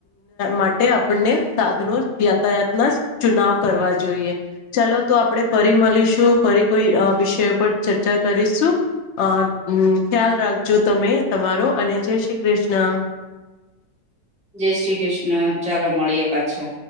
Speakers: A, on the left; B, in the centre.
A: માટે આપને સાધનો યાતાયાતના ચુનાવ કરવા જોઈએ ચાલો તો આપણે ફરી મળીશું ફરી કોઈ વિષય પર ચર્ચા કરીશું અ ખ્યાલ રાખજો તમે તમારો અને જય શ્રી કૃષ્ણ <inaudible>
B: જય શ્રી કૃષ્ણ ચાલો મળીએ પાછા